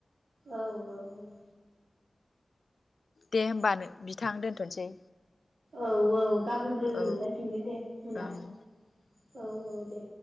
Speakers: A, on the right (about 80°); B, on the left (about 65°).
A: औ औ
B: दे होमबा नो बिथां दोनथ'सै
A: औ औ गाबोन लोगो
B: औ
A: मोनलायफिनगोन दे उनाव
B: ओं
A: औ औ दे